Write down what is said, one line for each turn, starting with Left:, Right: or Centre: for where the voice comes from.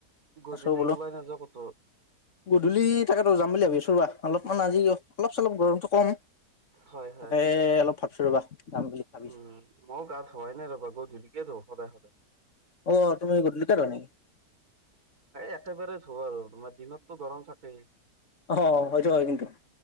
Right: গধূলি
Left: আছো বোলো।
Right: ওলাই নাযাওঁ ক'তো?
Left: গধূলি তাকেতো যাম বুলি ভাবিছ- ৰবা অলপমান আজি অলপ চলপ গৰমটো কমক।
Right: হয় হয়।
Left: তাকে অলপ ভাবিছোঁ ৰ'বা। যাম বুলি ভাবিছো।
Right: উম। ময়ো গাত হোৱাই নাই ৰবা। গধূলিকে ধো সদায় সদায়।
Left: অ তুমি গধূলিকে ধুৱা নেকি?
Right: একেবাৰে ধু আৰু তোমাৰ দিনততো গৰম থাকেই।
Left: অ হয় সেইটো আৰু কিন্তু।